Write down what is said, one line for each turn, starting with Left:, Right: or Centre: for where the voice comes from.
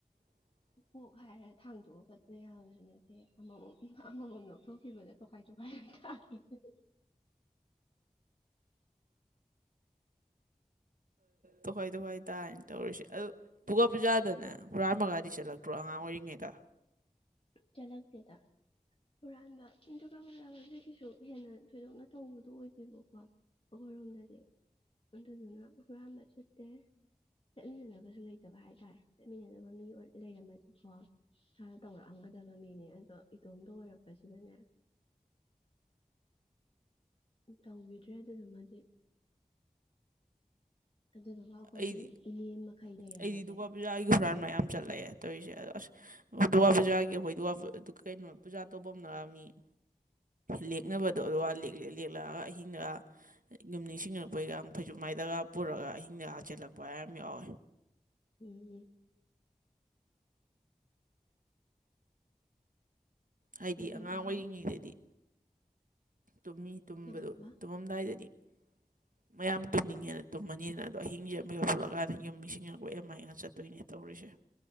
Right: <inaudible>
Left: ꯀꯣꯛ ꯍꯥꯏꯔ ꯊꯥꯡꯗꯣꯛꯑ ꯈꯠꯄ ꯌꯥꯕꯁꯨ ꯅꯠꯇꯦ ꯑꯃꯃꯝ ꯑꯃꯃꯝ ꯂꯧꯊꯣꯛꯈꯤꯕꯗ ꯇꯣꯈꯥꯢ ꯇꯣꯈꯥꯢ ꯂꯣꯢ ꯇꯥꯒꯤꯗꯅ
Right: ꯇꯣꯈꯥꯏ ꯇꯣꯈꯥꯏ ꯇꯥꯏꯅ ꯇꯧꯔꯁꯦ ꯑꯗꯣ ꯄꯨꯒꯥ ꯄꯨꯖꯥꯗꯅꯦ ꯍꯨꯔꯥꯟꯕꯒꯗꯤ ꯆꯠꯂꯛꯇ꯭ꯔꯣ ꯑꯉꯥꯡ ꯑꯣꯏꯔꯤꯉꯩꯗ
Left: ꯆꯠꯂꯛꯗꯦꯗ ꯍꯨꯔꯥꯟꯕ ꯑꯗꯨꯒ ꯗꯨꯔꯒꯥ ꯄꯨꯖꯥꯒꯥꯁꯦ ꯀꯩꯁꯨ ꯍꯦꯟꯅ ꯊꯣꯏꯗꯣꯛꯅ ꯇꯧꯕꯗꯨꯣ ꯑꯣꯏꯗꯦꯕꯀꯣ ꯑꯈꯣꯏꯔꯣꯝꯗꯗꯤ ꯑꯗꯨꯗꯨꯅ ꯍꯨꯔꯥꯟꯕ ꯆꯠꯇꯦ ꯆꯠꯃꯤꯟꯅꯔꯒꯁꯨ ꯂꯩꯇꯕ ꯍꯥꯏꯇꯥꯔꯦ ꯆꯠꯃꯤꯟꯅꯅꯕ ꯃꯤ ꯑꯣꯏ ꯂꯩꯔꯝꯃꯗꯤꯀꯣ <unintelligible> ꯇꯧꯔꯛ ꯄꯥꯝꯒꯗꯕ ꯃꯤꯅꯦ ꯑꯗꯣ ꯏꯇꯣꯝꯇ ꯑꯣꯏꯔꯛ ꯄꯁꯤꯗꯅꯦ ꯇꯧꯕꯤꯗ꯭ꯔꯦ ꯑꯗꯨꯗꯨꯃꯗꯤ ꯑꯗꯨꯗꯣ ꯉꯥꯎ ꯑꯩꯈꯣꯏꯒꯤ
Right: ꯑꯩꯗꯤ
Left: ꯏꯅꯦ ꯃꯈꯩ ꯂꯩꯔꯝꯕꯖꯦ
Right: ꯑꯩꯗꯤ ꯗꯨꯔꯒꯥ ꯄꯨꯖꯥꯒꯤ ꯍꯨꯔꯥꯟ ꯃꯌꯥꯝ ꯆꯠꯂꯛꯑꯦ ꯇꯧꯔꯤꯁꯦ ꯑꯗꯣ ꯑꯁ ꯗꯨꯔꯒꯥ ꯄꯨꯖꯥꯒꯤ ꯑꯩꯈꯣꯏ ꯗꯨꯒꯥ ꯄꯨ ꯀꯩꯅꯣ ꯄꯨꯖꯥ ꯇꯧꯕꯝꯅꯔ ꯃꯤ ꯂꯦꯛꯅꯕꯗꯣ ꯑꯗꯨꯒ ꯂꯦꯛ ꯂꯦꯛ ꯂꯦꯛꯂꯛꯑꯒ ꯑꯍꯤꯡꯗꯒ ꯌꯨꯝ ꯅꯤꯡꯁꯤꯡꯉꯛꯄꯩꯒ ꯐꯩꯖꯨꯞ ꯃꯥꯏꯗꯥꯒ ꯄꯨꯔꯒ ꯑꯍꯤꯡꯗ ꯍꯥ ꯆꯦꯜꯂꯛꯄ ꯍꯥꯏ ꯌꯥꯝ ꯌꯥꯎꯋꯦ
Left: ꯎꯝ ꯎꯝ
Right: ꯍꯥꯏꯗꯤ
Left: ꯗꯨꯔꯒꯥꯕꯨ
Right: ꯑꯉꯥꯡ ꯑꯣꯏꯔꯤꯉꯩꯗꯗꯤ ꯇꯨꯝꯃꯤ ꯇꯨꯝꯕꯗꯣ
Left: ꯀꯩꯗꯧꯔꯕ
Right: ꯇꯨꯝꯃꯝꯗꯥꯏꯗꯗꯤ ꯃꯌꯥꯝ ꯇꯨꯝꯅꯤꯡꯉꯦꯅ ꯇꯨꯝꯃꯅꯤꯗꯅ ꯑꯗꯣ ꯑꯍꯤꯡꯖꯦ ꯃꯤꯀꯞ ꯊꯣꯛꯂꯛꯀꯥꯟꯗ ꯌꯨꯝ ꯅꯤꯡꯁꯤꯡꯉꯛꯄꯩ ꯑꯃꯥꯏꯅꯒ ꯆꯠꯇꯣꯏꯅꯦ ꯇꯧꯔꯤꯁꯦ